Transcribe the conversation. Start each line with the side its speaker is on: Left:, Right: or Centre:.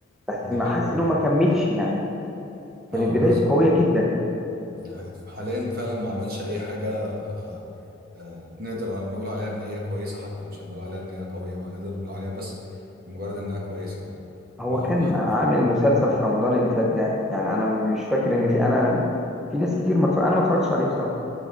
Centre: بس
Right: ده
Centre: ما
Right: حقيقي
Centre: حاسس ان هو ما كملش يعني كانت
Right: اه
Centre: بدايته
Right: بالظبط
Centre: قويه جدا
Right: ده حقيقي حاليا فعلا ما عملش اي حاجه آه، آه، نقدر نقول عليها ان هي كويسه حتى مش هنقول عليها ان هي قويه بقى نقدر نقول عليها بس مجرد انها كويسه يعني
Centre: هو
Right: ما
Centre: كان
Right: ما حد...
Centre: عامل مسلسل في رمضان اللي فات ده يعني انا مش فاكر ان في انا في ناس كتير ما اتفرج- انا ما اتفرجتش عليه بصراحه